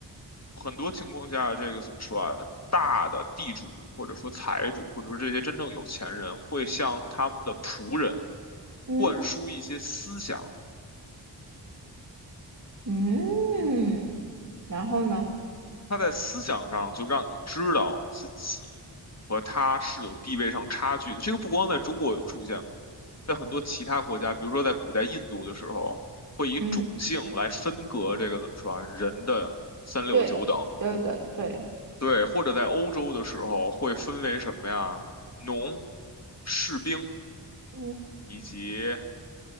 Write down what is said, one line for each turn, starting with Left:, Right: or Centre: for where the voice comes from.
Left: 很多情况下，这个怎么说啊？大的地主或者说财主，或者说这些真正有钱人，会向他们的仆人
Right: 嗯
Left: 灌输一些思想。
Right: 嗯，然后呢，
Left: 他在思想上就让你知道自己和他是有地位上差距的。这个不光在中国有出现过，在很多其他国家，比如说在古代印度的时候，会以种姓来分隔这个怎么说啊，
Right: 嗯，
Left: 人的三六九等。
Right: 对，就的，对，
Left: 对，或者在欧洲的时候会分为什么呀？农、士兵
Right: 嗯，
Left: 以及